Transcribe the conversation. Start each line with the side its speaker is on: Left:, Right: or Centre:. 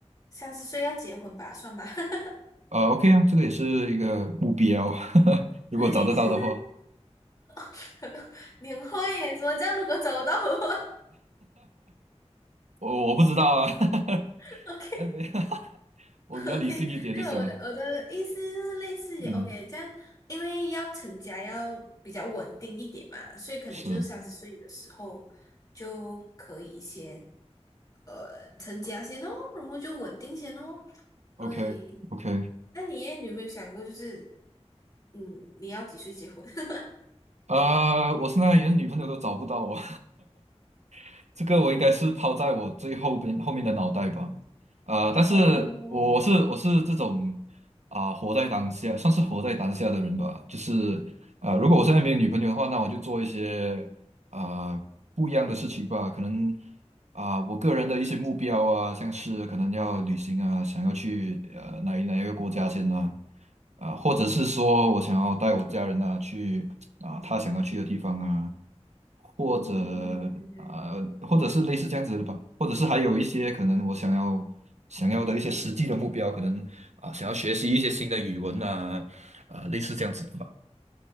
Left: 三十岁要结婚吧，算吧。<laughs>
Right: 啊 OK 啊，这个也是一个目标，<laughs> 如果找得到的话，
Left: 对，就是 <laughs> 年后耶，怎么这样？如果找得到的话
Right: 我我不知道啊，
Left: <laughs>，OK。
Right: <laughs> 哎没 <laughs> 有，
Left: <laughs>
Right: 我比较理性一点的想，
Left: OK，没有我的我的意思就是类似于
Right: 嗯，
Left: OK，这样因为要成家要比较稳定一点嘛，所以可能就是三十岁的时候就可以先
Right: 是。
Left: 呃成家先哦，然后就稳定先哦。对，
Right: OK OK，
Left: 那你耶，你有没有想过就是嗯你要几岁结婚？<laughs>
Right: 啊，我现在连女朋友都找不到我，<laughs> 这个我应该是抛在我最后边后面的脑袋吧。啊、但是我是我是这种
Left: 哦，我
Right: 啊、活在当下，算是活在当下的人吧。就是啊、如果我现在没有女朋友的话，那我就做一些啊、不一样的事情吧。可能啊，我个人的一些目标啊，像是可能要旅行啊，
Left: 嗯
Right: 想要去呃哪一哪一个国家先呢、啊，或者是说我想要带我家人啊去啊他想要去的地方啊，或者
Left: 嗯，对对，
Right: 啊、或者是类似这样子的吧，或者是还有一些可能我想要想要的一些实际的目标，可能啊、想要学习一些新的语文啊，啊、类似这样子的吧。